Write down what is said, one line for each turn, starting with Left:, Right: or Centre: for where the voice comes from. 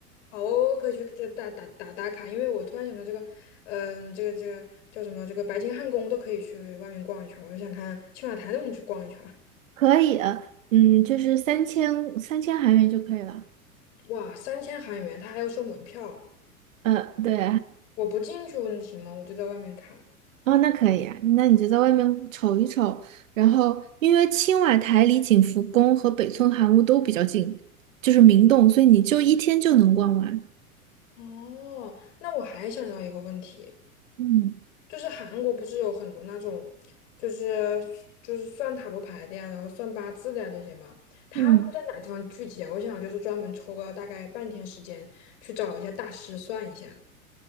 Left: 好哦，可以去这打打打打卡，因为我突然想到这个，嗯，这个这个叫什么？这个白金汉宫都可以去外面逛一圈儿我就想看青瓦台都能去逛一圈儿
Right: 可以，嗯，就是三千三千韩元就可以了。
Left: 哇，三千韩元，他还要收门票，
Right: 嗯，对，
Left: 我不进去问题吗？我就在外面看。
Right: 哦，那可以啊，那你就在外面瞅一瞅，然后因为青瓦台离景福宫和北村韩屋都比较近，就是明洞，所以你就一天就能逛完。
Left: 哦，那我还想到一个问题。
Right: 嗯
Left: 就是韩国不是有很多那种，就是就是算塔罗牌的呀，然后算八字的呀这些嘛，他们在哪地方聚集啊？
Right: 嗯，
Left: 我想就是专门抽个大概半天时间去找一下大师算一下。